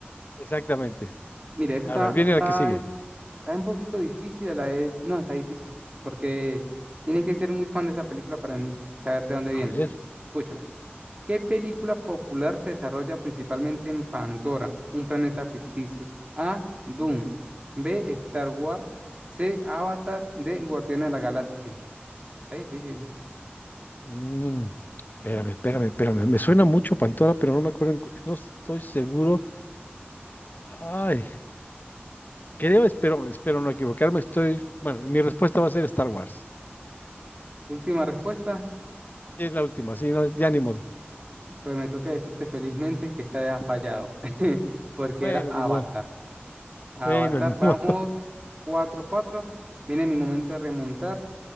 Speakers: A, on the left; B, on the right.
A: Exactamente.
B: Mire, esta
A: A
B: está,
A: ver, viene
B: esta está,
A: la que sigue.
B: está un poquito difícil, la es. No, está difícil, porque tienes que ser muy fan de esa película para en- saber de dónde
A: A
B: viene.
A: ver.
B: Escúchala. ¿Qué película popular se desarrolla principalmente en Pandora, un planeta ficticio? A. Dune. B. Star Wars. C. Avatar. D. Guardianes de la Galaxia. Está difícil.
A: Mm, espérame, espérame, espérame. Me suena mucho Pantora, pero no me acuerdo, en cu- no estoy seguro. Ay, creo, espero, espero no equivocarme. Estoy, bueno, mi respuesta va a ser Star Wars.
B: Última respuesta,
A: Es la última, sí, no, ya ni modo.
B: pues me toca decirte felizmente que esta vez has fallado, <laughs> porque
A: Bueno,
B: era Avatar.
A: ni modo.
B: Avatar,
A: Bueno, <laughs> ni
B: vamos
A: modo.
B: cuatro cuatro. Viene mi momento de remontar.